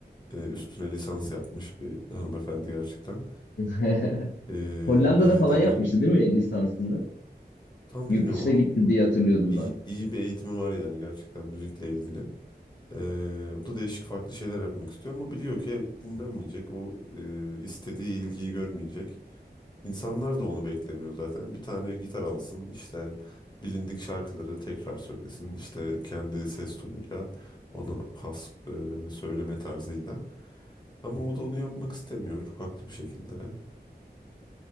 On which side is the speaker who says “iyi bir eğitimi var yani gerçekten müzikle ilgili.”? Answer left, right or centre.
Left